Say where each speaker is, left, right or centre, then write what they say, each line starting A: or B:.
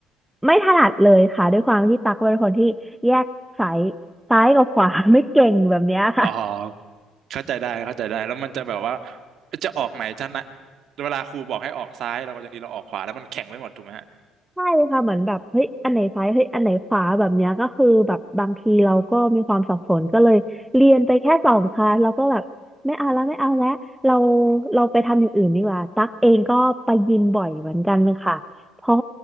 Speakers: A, in the centre; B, on the right.
A: ไม่ถนัดเลยค่ะด้วยความที่ตักเป็นคนที่แยกสายซ้ายกับขวา <laughs> ไม่เก่งแบบเนี้ยค่ะ
B: อ๋อเข้าใจได้เข้าใจได้แล้วมันจะแบบว่าจะออกไหนจะนะเวลาครูบอกให้ออกซ้ายเราก็ยังดีเราออกขวาแล้วมันแข็งไว้หมดถูกไหมฮะ
A: ใช่ค่ะเหมือนแบบเฮ้ยอันไหนซ้ายเฮ้ยอันไหนขวาแบบเนี้ยก็คือแบบบางทีเราก็มีความสับสนก็เลยเรียนไปแค่สองคลาสเราก็แบบไม่เอาแล้วไม่เอาแล้วเรา
B: อ๋อ
A: เราไปทำอย่างอื่นดีกว่าตั๊กเองก็ไปยิมบ่อยเหมือนกันค่ะเพราะ